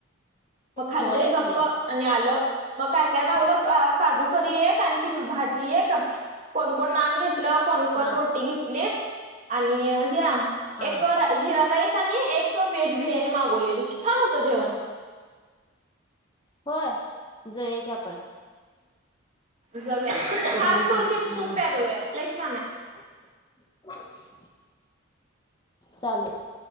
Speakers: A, on the right; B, on the left.
A: मग खाल्ले
B: होय
A: गप्प
B: की
A: आणि आलं. मग काय- काय मावलं काजू करी एक आन ती भाजी एक. कोण -कोण नान घेतलं. कोण -कोण
B: हा
A: रोटी घेतली आणि ह्या,
B: हा
A: एक रा जिरा राईस आणि एक वेज बिर्याणी मागवलेली. छान होतं जेवण.
B: होय. जाऊया की, आपण.
A: जाऊया. खास
B: कधी
A: करून
B: तरी
A: तिथे
B: हा
A: सूप प्याया जाऊया. लय छानय.
B: <unintelligible> चाले.